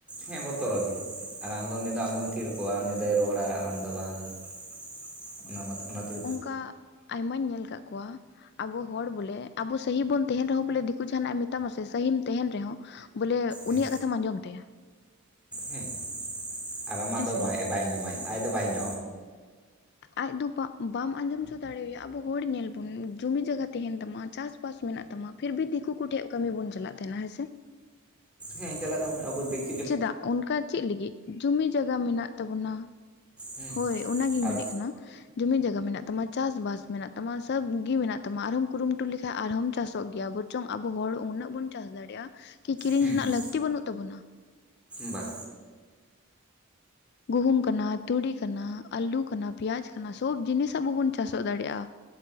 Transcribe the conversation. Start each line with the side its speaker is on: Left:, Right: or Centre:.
Centre: ᱦᱮᱸ ᱵᱚᱛᱚᱨᱚᱜ ᱜᱮ, ᱟᱨ ᱟᱢ ᱫᱚ ᱩᱱᱤ ᱫᱚ ᱟᱢ ᱫᱚᱢ ᱛᱷᱤᱨ ᱠᱚᱜᱼᱟ ᱩᱱᱤ ᱫᱚᱭ ᱨᱚᱲᱟ ᱟᱨ ᱟᱢ ᱫᱚ ᱵᱟᱝ᱾ <inaudible> ᱚᱱᱟ ᱢᱟᱛᱚ ᱚᱱᱟ ᱛᱤᱜᱤ
Left: ᱚᱝᱠᱟ ᱟᱭᱢᱟᱧ ᱧᱮᱞ ᱠᱟᱜ ᱠᱚᱣᱟ᱾ ᱟᱵᱚ ᱦᱚᱲ ᱵᱚᱞᱮ ᱟᱵᱚ ᱥᱟᱦᱤ ᱵᱚᱱ ᱛᱟᱦᱮᱸᱱ ᱨᱮᱦᱚᱸ ᱵᱚᱞᱮ ᱫᱤᱠᱩ ᱡᱟᱦᱟᱱᱟᱜ ᱢᱮᱛᱟᱢᱟ ᱥᱮ ᱥᱟᱹᱦᱤᱢ ᱛᱮᱦᱮᱸᱱ ᱨᱮᱦᱚᱸ ᱵᱚᱞᱮ
Centre: ᱦᱮᱸ
Left: ᱩᱱᱤᱭᱟᱜ ᱠᱟᱛᱷᱟᱢ ᱟᱸᱡᱚᱢ ᱛᱟᱭᱟ᱾
Centre: ᱦᱮᱸ ᱟᱨ ᱟᱢᱟᱜ
Left: ᱦᱮᱸᱥᱮ
Centre: ᱫᱚ ᱵᱟᱭ ᱵᱟᱭ ᱟᱸᱡᱚᱢᱟ ᱟᱡ ᱫᱚ ᱵᱟᱭ ᱟᱸᱡᱚᱢ᱾
Left: ᱟᱡ ᱫᱚ ᱵᱟ ᱵᱟᱢ ᱟᱸᱡᱚᱢ ᱦᱚᱪᱚ ᱫᱟᱲᱮᱣᱟᱭᱟ ᱟᱵᱚ ᱦᱚᱲ ᱧᱮᱞ ᱵᱚᱱ ᱡᱩᱢᱤ ᱡᱟᱜᱟ ᱛᱮᱦᱮᱸᱱ ᱛᱟᱢᱟ ᱪᱟᱥ ᱵᱟᱥ ᱢᱮᱱᱟᱜ ᱛᱟᱢᱟ ᱯᱷᱤᱨ ᱵᱷᱤ ᱫᱤᱠᱩ ᱠᱩᱴᱷᱮᱡ ᱠᱟᱹᱢᱤ ᱵᱚᱱ ᱪᱟᱞᱟᱜ ᱛᱮᱦᱮᱸᱱᱟ ᱦᱮᱸᱥᱮ᱾
Centre: ᱦᱮᱸ ᱪᱟᱞᱟᱜ ᱠᱟᱱ ᱜᱮᱭᱟ ᱟᱵᱚ ᱫᱤᱠ
Left: ᱪᱮᱫᱟᱜ ᱚᱱᱠᱟ ᱪᱮᱫ ᱞᱤᱜᱤᱫ? ᱡᱩᱢᱤ ᱡᱟᱜᱟ ᱢᱮᱱᱟᱜ ᱛᱟᱵᱚᱱᱟ,
Centre: ᱦᱮᱸ
Left: ᱦᱳᱭ ᱚᱱᱟᱜᱤᱧ
Centre: ᱟᱨ
Left: ᱢᱮᱱᱮᱫ ᱠᱟᱱᱟ᱾ ᱡᱩᱢᱤ ᱡᱟᱜᱟ ᱢᱮᱱᱟᱜ ᱛᱟᱢᱟ ᱪᱟᱥᱵᱟᱥ ᱢᱮᱱᱟᱜ ᱛᱟᱢᱟ ᱥᱟᱹᱵᱜᱤ ᱢᱮᱱᱟᱜ ᱛᱟᱢᱟ ᱟᱨᱦᱚᱢ ᱠᱩᱨᱩᱢᱩᱴᱩ ᱞᱤᱠᱷᱟᱡ ᱟᱨᱦᱚᱢ ᱪᱟᱥᱚᱜ ᱜᱮᱭᱟ ᱵᱟᱹᱴ ᱪᱚᱝ ᱟᱵᱚ ᱦᱚᱲ ᱩᱱᱟᱹᱜ ᱵᱚᱱ ᱪᱟᱥ ᱫᱟᱲᱮᱜᱼᱟ ᱠᱤ ᱠᱤᱨᱤᱧ
Centre: ᱦᱮᱸ
Left: ᱨᱮᱱᱟᱜ ᱞᱟᱹᱠᱛᱤ ᱵᱟᱹᱱᱩᱜ ᱛᱟᱵᱚᱱᱟ
Centre: ᱵᱟ
Left: ᱜᱩᱦᱩᱢ ᱠᱟᱱᱟ ᱛᱩᱲᱤ ᱠᱟᱱᱟ ᱟᱹᱞᱩ ᱠᱟᱱᱟ ᱯᱤᱭᱟᱡᱽ ᱠᱟᱱᱟ ᱥᱚᱵ ᱡᱤᱱᱤᱥ ᱟᱵᱚ ᱵᱚᱱ ᱪᱟᱥᱚᱜ ᱫᱟᱲᱮᱜᱼᱟ᱾